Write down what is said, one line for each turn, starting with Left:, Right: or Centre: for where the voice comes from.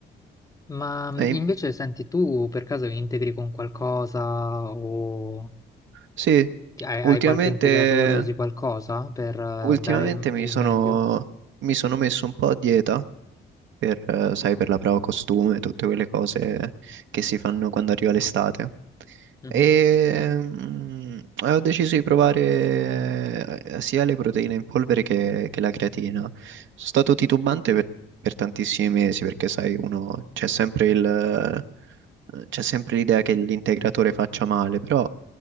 Left: Ma mh,
Right: E- in-
Left: invece, senti, tu per caso integri con qualcosa o
Right: Sì,
Left: Ti- Hai,
Right: ultimamente.
Left: hai qualche integratore, usi qualcosa per eh,
Right: Ultimamente
Left: dare il
Right: mi
Left: il
Right: sono,
Left: meglio,
Right: mi sono messo un po' a dieta per, eh, sai, per la prova costume, tutte quelle cose che si fanno quando arriva l'estate.
Left: Mhm.
Right: E mm, eh, ho deciso di provare eh, sia le proteine in polvere che, che la creatina. Sono stato titubante per, per tantissimi mesi perché, sai, uno c'è sempre il, eh, c'è sempre l'idea che l'integratore faccia male, però